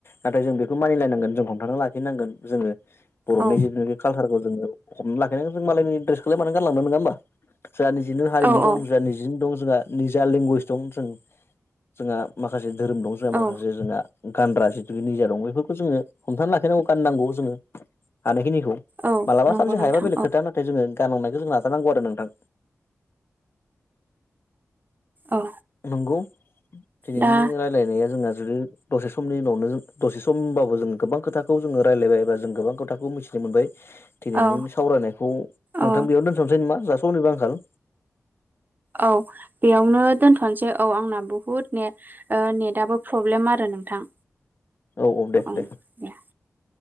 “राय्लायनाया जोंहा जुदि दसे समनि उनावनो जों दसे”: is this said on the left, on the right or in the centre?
Left